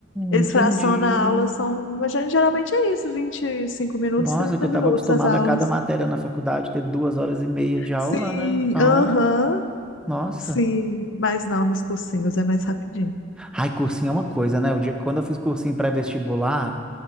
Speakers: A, on the left; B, in the centre.
A: Eles
B: entendi.
A: fracionam a aula, são, mas gen- geralmente é isso, vinte, e cinco minutos,
B: Nossa,
A: 30
B: que eu estava
A: minutos
B: acostumado
A: as aulas.
B: a cada matéria na faculdade ter duas horas e meia de aula,
A: Sim,
B: né? Então,
A: aham,
B: nossa.
A: sim, mas não, nos cursinhos é mais rapidinho.
B: Ai, cursinho é uma coisa, né? O dia que quando eu fiz cursinho pré-vestibular,